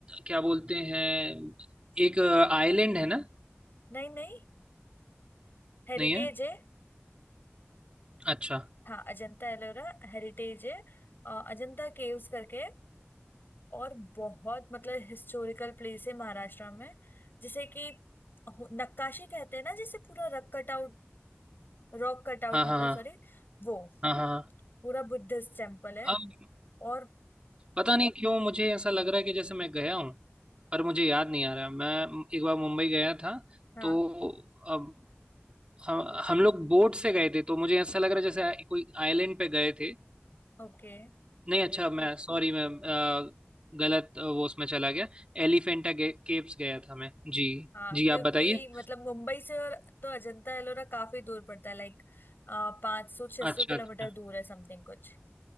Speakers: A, on the right; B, on the left.
A: क्या बोलते हैं एक आइलैंड है ना
B: नहीं नहीं हेरिटेज
A: नहीं है
B: है
A: अच्छा
B: हाँ अजंता एलोरा हेरिटेज है अ, अजंता केव्स करके और बहुत मतलब हिस्टोरिकल प्लेस है महाराष्ट्र में जिसे कि हो- नक्काशी कहते हैं ना जिसे पूरा rock cut out rock cut out
A: हाँ
B: मतलब
A: हाँ हाँ
B: सॉरी वो
A: हाँ हाँ हाँ
B: पूरा बुद्धिस्ट टेम्पल है
A: अब
B: और
A: पता नहीं क्यों मुझे ऐसा लग रहा है कि जैसे मैं गया हूँ पर मुझे याद नहीं आ रहा मैं एक बार मुंबई गया था
B: हाँ
A: तो अब हम हम लोग बोट से गए थे तो मुझे ऐसा लग रहा है जैसे आ- कोई आइलैंड पे गए थे
B: ओके
A: नहीं अच्छा मैं सॉरी मैं अ, गलत अ, वो उसमें चला गया एलिफेंटा गे, केव्स गया था मैं जी
B: हाँ
A: जी
B: क्योंकि
A: आप बताइए
B: मतलब मुंबई से और तो अजंता एलोरा काफी दूर पड़ता है लाइक पाँच सौ छह सौ
A: अच्छा
B: किलोमीटर
A: अच्छा
B: दूर है समथिंग कुछ